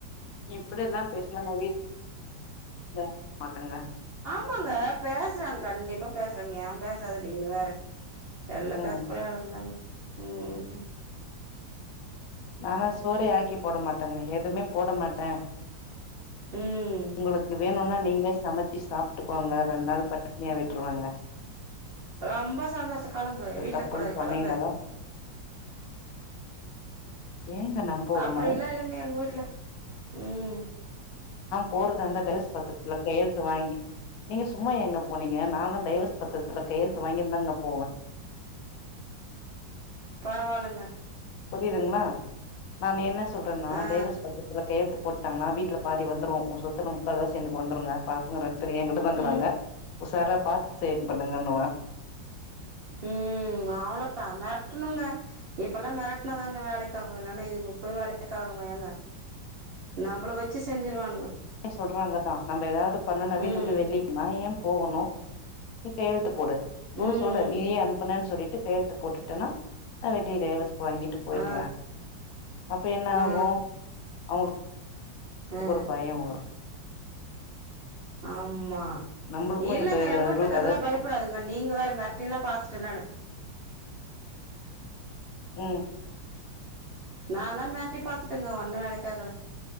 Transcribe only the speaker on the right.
ஆமாங்க பேசுறாங்க கண்டிப்பா பேசுறாங்க ஏன் பேசாது நீங்க வேற எல்லா
பேச கூடிய அழகுதாங்க உம்
ம்
ரொம்ப சந்தோஷ கெலம்பு வீட்ல
இருக்க கூடாது
கெலம்பு
அப்டிலா இல்லங்க எங்க வீட்ல உம்
பரவால்லங்க
ஆ
ம்
ம் ம் அவ்ளோத்தா மெரட்டுணுங்க இப்பல்லா மெரட்டுனாதாங்க வேலைக்கு ஆவு இல்லன்னா இதுங்களுக்கு போய் வேலைக்கு ஆகுமா ஏங்க நம்மள வச்சு செஞ்சிருவானுங்க
ம்
ம்
ஆ
ஆ
ஆ
ஆமா
இல்லங்க
எங்க வீட்லக்கதுலா
பயப்புடாதுங்க நீங்க வேற மெர்ட்டில்லா பாத்துட்ட நானு
நால்லா மெர்ட்டி பாத்துட்டெங்க ஒன்னு வேலைக்காகல